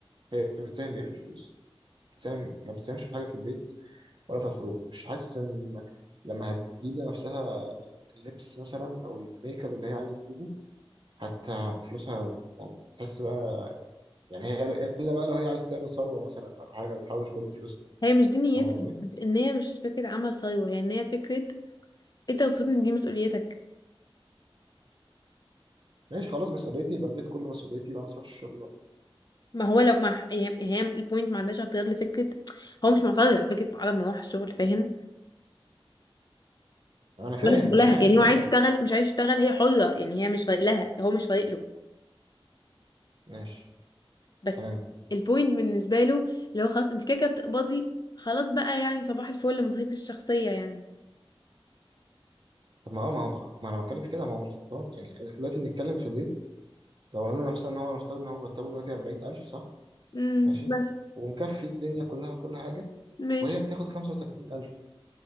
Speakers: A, on the right; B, on the left.
A: هي بتساهم بايه في الفلوس بتساهم ما بتساهمش في حاجه في البيت ولا في الخروج مش حاسس ان لما هتجيب لنفسها اللبس مثلا او الميك اب اللي هي عايزه تجيبه حتى فلوسها هتحس بقى يعني هي الا بقى لو هي عايز تعمل ثروه مثلا او حاجه بتحوش كل فلوسها
B: هي مش دي نيتها
A: فاهم قصدي؟
B: ان هي مش فكره عمل ثروه هي ان هي فكره إيه، انت المفروض ان دي مسؤوليتك
A: ماشي خلاص مسؤوليتي يبقى البيت كله مسؤوليتي يبقى ما تروحش الشغل بقى
B: ما هو لو ما هي هي البوينت ما عندهاش اعتراض لفكره هو مش معترض على فكره عدم مروح الشغل فاهم
A: انا فاهم
B: ولا شغلها
A: انا فاهم
B: يعني
A: ماشي
B: هو عايز يشتغل
A: بس
B: مش عايز يشتغل هي حره يعني هي مش فارق لها هو مش فارق له
A: ماشي
B: بس
A: تمام
B: البوينت بالنسبه له اللي هو خلاص انت كده كده بتقبضي خلاص بقى يعني صباح الفل مصاريفك الشخصيه يعني
A: طب ما هو ما هو ما انا بتكلم في كده ما هو مش غلطان يعني احنا دلوقتي بنتكلم في بيت لو قلنا مثلا ان هو نفترض ان هو مرتبه دلوقتي 40000 صح؟
B: امم
A: ماشي
B: مثلا
A: ومكفي الدنيا كلها وكل حاجه
B: ماشي
A: وهي بتاخد 35000